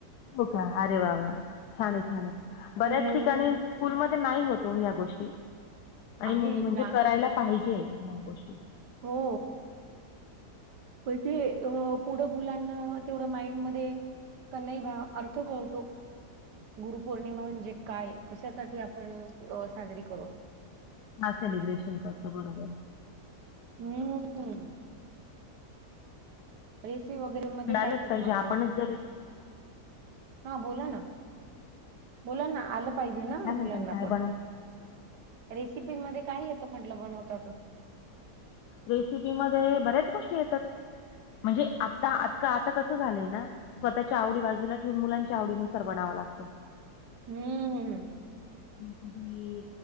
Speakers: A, on the left; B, on the right.
A: हो का, अरे वा वा छानाय छान बऱ्याच
B: मुलांना
A: ठिकाणी.
B: तो
A: स्कूलमध्ये नाही होतो या गोष्टी, आणि
B: आहे
A: म्हणजे
B: लहान
A: करायला पाहिजे ह्या गोष्टी.
B: हो. म्हणजे पुढं मुलांना तेवढं माइंड मध्ये, तर नाही बा अर्थ कळतो. गुरुपौर्णिमा म्हणजे काय, कशासाठी आपण साजरी करू.
A: का सेलिब्रेशन करतो बरोबर हाय.
B: हम्म. रेसिपी मध्ये वगैरे,
A: करायलाच पाहिजे
B: तुम्हाला
A: आपणच
B: काय बनवता येतं.
A: जर हं?
B: हा बोला ना, बोला ना आलं. पाहिजे
A: हे
B: ना
A: काय म्हणताय
B: मुलांना
A: काय
B: पण,
A: बनव
B: रेसिपी मध्ये काय येत म्हटलं बनवता.
A: रेसिपी मध्ये बऱ्याच गोष्टी येतात. म्हणजे आता, आज आता कसं झालंय ना. स्वतःच्या आवडी बाजूला ठेवून, मुलांच्या आवडीनुसार बनावं लागतंय.
B: हम्म.
A: कधी